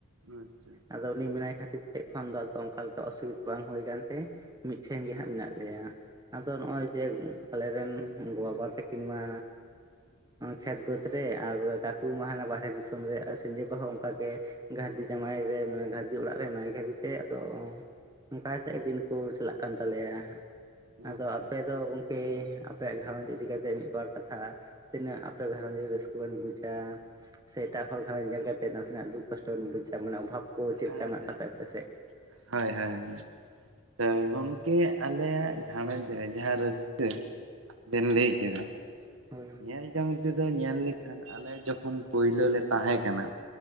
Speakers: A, on the right (about 65°); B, on the right (about 15°).
A: ᱟᱪᱪᱷᱟ
B: ᱟᱫᱚ ᱩᱱᱤ ᱢᱮᱱᱟᱭ ᱠᱷᱟᱹᱛᱤᱨ ᱛᱮ ᱮᱠᱷᱚᱱ ᱫᱚ ᱚᱱᱠᱟ ᱞᱮᱠᱟ ᱚᱥᱩᱵᱤᱫᱷᱟ ᱵᱟᱝ ᱦᱩᱭ ᱟᱠᱟᱱ ᱛᱮ ᱢᱤᱫᱴᱷᱮᱱ ᱜᱮ ᱦᱟᱸᱜ
A: ᱟᱪᱪᱷᱟ
B: ᱢᱮᱱᱟᱜ ᱞᱮᱭᱟ᱾ ᱟᱫᱚ ᱱᱚᱜᱼᱚᱭ ᱡᱮ ᱟᱞᱮᱨᱮᱱ ᱜᱚ ᱵᱟᱵᱟ ᱛᱟᱹᱠᱤᱱ ᱢᱟ ᱠᱷᱮᱛ ᱵᱟᱹᱫᱽ ᱨᱮ ᱟᱨ ᱠᱟᱠᱩ ᱢᱟ ᱦᱟᱱᱟ ᱵᱟᱦᱨᱮ ᱫᱤᱥᱚᱢ ᱨᱮ ᱥᱮᱸᱡᱟᱹ ᱠᱚᱦᱚ ᱦᱚᱸ ᱚᱱᱠᱟ ᱜᱮ ᱜᱷᱟᱹᱨᱫᱤ ᱡᱟᱶᱟᱭ ᱨᱮ ᱵᱩᱰᱤ ᱚᱲᱟᱜ ᱨᱮ ᱢᱮᱱᱟᱭ ᱠᱟᱫᱮ ᱛᱮ ᱟᱫᱚ ᱚᱱᱠᱟ ᱠᱟᱛᱮᱫ ᱜᱮ ᱫᱤᱱ ᱠᱚ ᱪᱟᱞᱟᱜ ᱠᱟᱱ ᱛᱟᱞᱮᱭᱟ ᱾ ᱟᱫᱚ
A: ᱟᱪᱪᱷᱟ ᱟᱪᱪᱷᱟ
B: ᱟᱯᱮ ᱫᱚ ᱜᱚᱢᱠᱮ ᱟᱯᱮᱭᱟᱜ ᱜᱷᱟᱨᱚᱡᱽ ᱤᱫᱤ ᱠᱟᱛᱮ ᱢᱤᱫᱵᱟᱨ ᱠᱟᱛᱷᱟ ᱛᱤᱱᱟᱹᱜ ᱟᱯᱮ ᱜᱷᱟᱨᱨᱚᱡᱽ ᱨᱮ ᱨᱮᱵᱚᱱ ᱵᱩᱡᱟ ᱥᱮ ᱮᱴᱟᱜ ᱦᱚᱲ ᱮᱴᱟᱜ ᱜᱷᱟᱨᱚᱸᱧ ᱧᱮᱞ ᱠᱟᱛᱮ ᱱᱟᱥᱮᱱᱟᱜ ᱫᱩᱠ ᱠᱚᱥᱴᱚ ᱵᱚᱱ ᱵᱩᱡᱟ ᱢᱟᱱᱮ ᱚᱵᱷᱟᱵᱽ <unintelligible>
A: <unintelligible>
B: ᱢᱮᱱᱟᱜ ᱛᱟᱯᱮᱭᱟ ᱟᱯᱮ ᱥᱮᱫ
A: ᱦᱳᱭ ᱦᱳᱭ ᱜᱚᱢᱠᱮ ᱟᱞᱮᱭᱟᱜ ᱜᱷᱟᱨᱚᱸᱡᱽ ᱨᱮ ᱡᱟᱦᱟᱸ ᱨᱟᱹᱥᱠᱟᱹ ᱵᱮᱱ ᱞᱟᱹᱭ ᱠᱮᱫᱟ ᱾
B: ᱦᱳᱭ
A: ᱧᱮᱞ ᱡᱚᱝ ᱛᱮᱫᱚ ᱧᱮᱞ ᱞᱮᱠᱷᱟᱱ ᱟᱞᱮ ᱡᱚᱠᱷᱚᱱ ᱯᱳᱭᱞᱳ ᱞᱮ ᱛᱟᱦᱮ ᱠᱟᱱᱟ